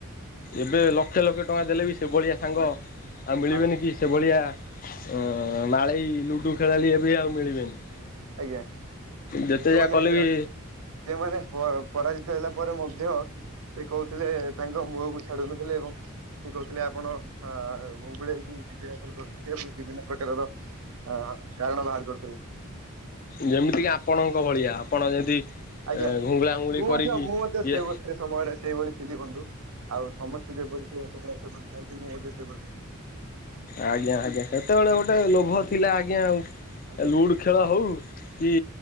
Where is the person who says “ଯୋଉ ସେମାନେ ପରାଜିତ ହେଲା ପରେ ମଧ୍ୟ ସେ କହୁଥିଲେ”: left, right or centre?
Right